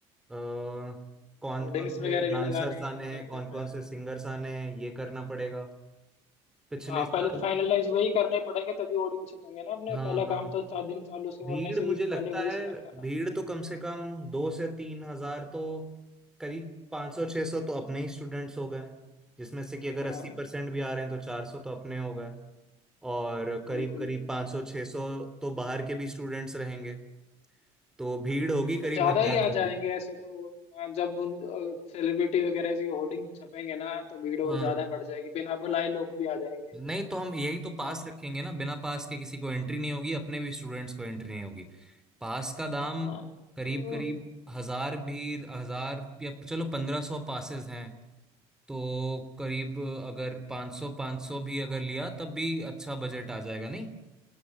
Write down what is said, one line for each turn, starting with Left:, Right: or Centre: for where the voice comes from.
Centre: कौन
Left: होर्डिंग्स
Centre: कौन से
Left: वगैरह
Centre: डांसर्स
Left: भी लगाने हैं,
Centre: आने
Left: सब
Centre: हैं कौन
Left: करना
Centre: कौन
Left: है
Centre: से सिंगर्स आने हैं ये करना पड़ेगा पिछले
Left: हाँ
Centre: साल
Left: पहले तो फाइनलाइज वही करने पड़ेंगे तभी होर्डिंग छपेंगे ना अपने
Centre: हाँ
Left: पहला
Centre: हाँ
Left: काम तो चार दिन चालू से
Centre: भीड़
Left: होने से
Centre: मुझे
Left: भी
Centre: लगता
Left: पहले वही
Centre: है
Left: सिलेक्ट करना
Centre: भीड़
Left: है
Centre: तो कम से कम दो से तीन हजार तो करीब पाँच सौ छः सौ तो अपने ही स्टूडेंट्स हो गए जिसमें से कि अगर
Left: हाँ
Centre: अस्सी परसेंट भी आ रहे हैं तो चार सौ तो अपने हो गए और करीब
Left: बिल्कुल
Centre: करीब 500 600 तो बाहर के भी स्टूडेंट्स रहेंगे तो भीड़ होगी करीब
Left: ज्यादा
Centre: हजार
Left: ही आ
Centre: बंदे
Left: जाएंगे
Centre: की।
Left: ऐसे तो हाँ, जब उन सेलिब्रिटी वगैरह की होर्डिंग छपेंगे ना तो भीड़ और
Centre: हाँ
Left: ज्यादा बढ़ जाएगी बिना बुलाए लोग भी आ जाएंगे
Centre: नहीं तो हम यही तो पास
Left: हाँ
Centre: रखेंगे ना बिना पास के किसी को एंट्री नहीं होगी अपने भी स्टूडेंट्स को एंट्री नहीं होगी पास का दाम
Left: हाँ,
Centre: करीब
Left: तो
Centre: करीब हजार भी हजार या चलो पंद्रह सौ पासेस हैं तो करीब अगर पाँच सौ पाँच सौ भी अगर लिया तब भी अच्छा बजट आ जाएगा नहीं